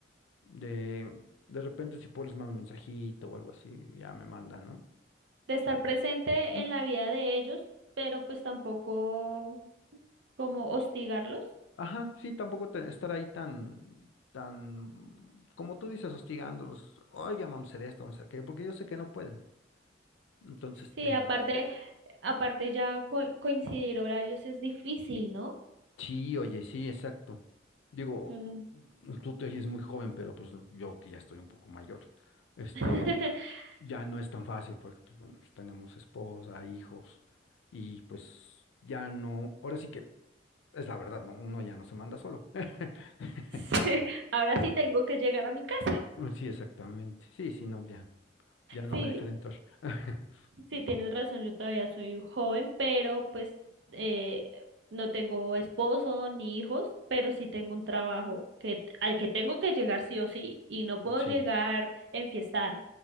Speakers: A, on the left (about 85°); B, on the right (about 65°).
A: De, de repente si puedo les mando un mensajito o algo así, ya me mandan ¿no?
B: de estar presente
A: Ujú.
B: en la vida de ellos, pero pues tampoco como hostigarlos.
A: Ajá, sí, tampoco te- estar ahí tan, tan, como tú dices, hostigándolos, oiga, vamos a hacer esto, vamos a hacer aquello, porque yo sé que no pueden. Entonces, este,
B: Sí, aparte, aparte ya co- coincidir horarios es difícil, ¿no?
A: sí, oye, sí, exacto. Digo,
B: Ujú.
A: mm, tú te oyes muy joven, pero pues yo que ya estoy un poco mayor, este,
B: <laughs>
A: ya no es tan fácil, porque pues bueno, pues, tenemos esposa, hijos, y pues ya no, ahora sí que Es la verdad, ¿no? Uno ya no se manda solo. <laughs>
B: Sí, ahora sí tengo que llegar a mi casa.
A: Sí, exactamente. Sí, sí, no, ya, ya no
B: Sí,
A: me dejan entrar. <laughs>
B: Sí, tienes razón, yo todavía soy joven, pero pues eh, no tengo esposo ni hijos, pero sí tengo un trabajo que, al que tengo que llegar sí o sí, y no puedo
A: Sí,
B: llegar enfiestada.